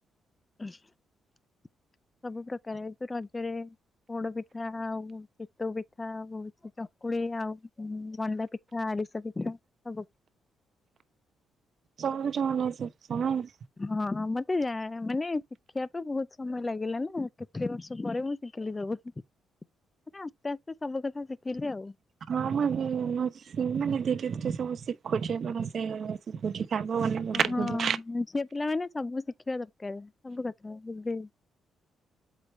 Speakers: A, on the left; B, on the right.
A: ସବୁ ପ୍ରକାର ଏ ଯୋ ରଜରେ ପୋଡ ପିଠା ଆଉ ସିତୁ ପିଠା ଆଉ ଚକୁଳି ଆଉ ମଣ୍ଡା ପିଠା ଆରିସା ପିଠା ସବୁ
B: ସବୁ ଜଣ ନାଇ
A: ହଁ ମତେ ଯା ମାନେ ଶିଖିବା ପାଇଁ ବହୁତ ସମୟ ଲାଗିଲା ନା କେତେ ବର୍ଷ ପରେ ମୁଁ ଶିଖିଲି ସବୁ ମ ଆସ୍ତେ ଆସ୍ତେ ସବୁ କଥା ଶିଖିଲି ଆଉ।
B: ହଁ ମୁଁ ମାନେ ଧୀରେ ଧୀରେ ସବୁ ଶିଖୁଛି ସେ ଶିଖୁଛି ଶାଗ ବନେଇବା
A: ଓ
B: ଶିଖୁଛି
A: ହଁ ଝିଅ ପିଲାମାନେ ସବୁ ଶି ଶିଖିବା ଦରକାର ସବୁ କଥା ଏବେ